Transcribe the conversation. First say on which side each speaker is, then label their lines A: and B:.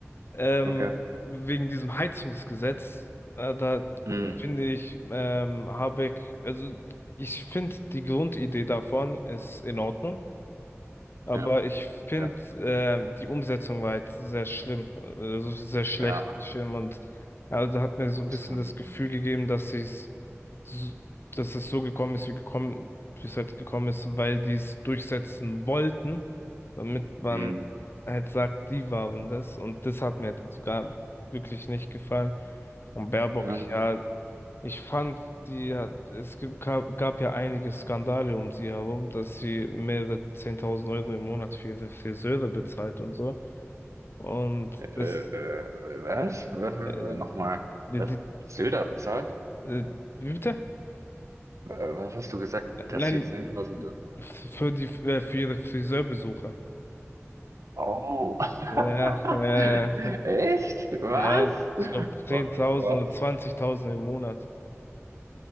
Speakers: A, on the left (about 50°); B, on the right (about 85°).
A: Ähm,
B: Okay.
A: wegen diesem Heizungsgesetz, äh, da
B: Mhm.
A: finde ich ähm, Habeck, also ich finde die Grundidee davon ist in Ordnung. Aber
B: Ja,
A: ich finde,
B: okay.
A: äh, die Umsetzung war jetzt sehr schlimm, also sehr schlecht,
B: Ja,
A: nicht schlimm. Und ja, also hat mir so
B: das
A: ein bisschen
B: kann.
A: das Gefühl gegeben, dass sie es, so- dass es so gekommen ist, wie gekommen, wie es halt gekommen ist, weil die es durchsetzen wollten, damit man
B: Mhm.
A: halt sagt, die waren das. Und das hat mir jetzt sogar wirklich nicht gefallen. Und Baerbock,
B: Ja.
A: ja. Ich fand, die hat, es gibt, gab, gab ja einige Skandale um sie herum, dass sie mehrere 10.000 Euro im Monat für ihre Friseure bezahlt und so. Und
B: Äh, äh,
A: das,
B: was? Was? Äh,
A: äh,
B: Nochmal,
A: die,
B: das
A: die,
B: Söder bezahlt?
A: äh, wie bitte?
B: Äh, was hast du gesagt, dass
A: Nein,
B: sie 10.000...
A: für die, äh, für ihre Friseurbesuche.
B: Oh! <laughs>
A: Ja, äh,
B: Echt? Was?
A: ja, ich glaube zehntausend
B: Oh mein Gott.
A: oder 20.000 im Monat.